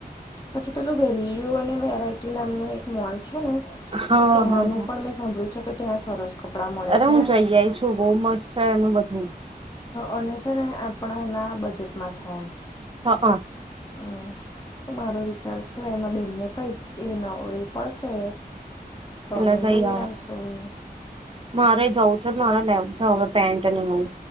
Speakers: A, on the left; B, on the right.
A: પછી પેલું વેલ્યુ અને વેરાયટી નામનું એક મોલ છે ને,
B: હા
A: ત્યાંનું
B: હા હા
A: પણ મે. સાંભળી છે કે, ત્યાં સરસ. કપડાં મળે
B: અરે,
A: છે
B: હું જઈ આઈ છું. બહુ મસ્ત છે, એનું બધું.
A: અને છે ને, આપણાના બજેટમાં છે, એમ.
B: હા, હ.
A: હમ. તો મારો વિચાર છે, એમાં બેનને કહીશ. એ નવરી પડશે. તો
B: એલા
A: અમે
B: જઈ.
A: આવશું
B: મારે જવું છે. મારે લેવું છે હવે પેન્ટ અને એવું.